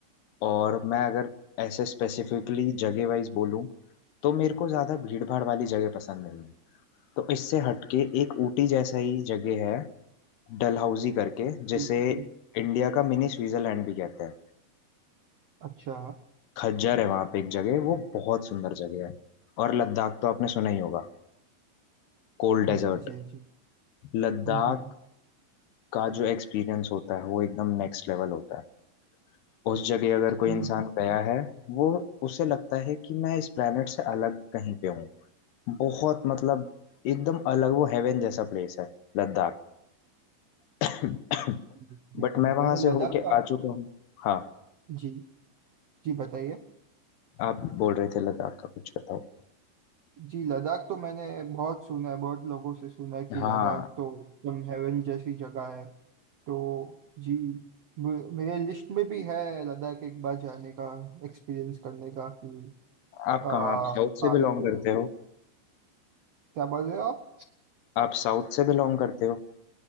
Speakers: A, on the left; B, on the right.
A: और मैं अगर ऐसे स्पेसिफिकली जगह वाइज बोलूँ तो मेरे को ज़्यादा भीड़ भाड़ वाली जगह पसंद नहीं है तो इससे हटके एक ऊटी जैसा ही जगह है डलहौजी करके
B: ठीक
A: जिसे
B: है सर।
A: इंडिया का मिनी स्विट्जरलैंड भी कहते हैं
B: अच्छा
A: खज्जर है वहाँ पे एक जगह वो बहुत सुंदर जगह है और लद्दाख तो आपने सुना ही होगा Cold
B: जी
A: desert
B: जी जी
A: लद्दाख
B: हम्म हम्म
A: का जो एक्सपीरियंस होता है वो एकदम नेक्स्ट लेवल होता है उस जगह अगर कोई
B: जी
A: इंसान
B: जी
A: गया है वो उसे लगता है कि मैं इस प्लेनेट से अलग कहीं पे हूँ बहुत मतलब एकदम अलग वो हेवन जैसा प्लेस है लद्दाख <coughs>
B: जी जी
A: बट
B: जी।
A: मैं वहां
B: मैंने
A: से
B: लद्दाख
A: होके
B: का
A: आ चुका हूँ हाँ
B: जी जी बताइए
A: आप बोल रहे थे लद्दाख का कुछ बताओ
B: जी लद्दाख तो मैंने बहुत सुना है बहुत लोगों से सुना है कि
A: हाँ
B: लद्दाख तो एकदम हेवन जैसी जगह है तो जी मे- मेरे लिस्ट में भी है लद्दाख एक बार जाने का एक्सपीरियंस करने का कि
A: आप
B: आ,
A: कहाँ आप साउथ से
B: पादोगे
A: बिलोंग करते हो
B: क्या बोल रहे हो आप
A: आप साउथ से बिलोंग करते हो